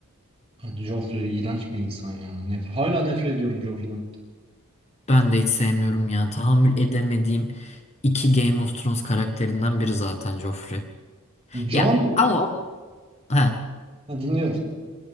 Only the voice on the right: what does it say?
Hadi Joffrey iğrenç bir insan ya. Nef Hala nefret ediyorum Joffrey'den.
Jon
ha, dinliyorum.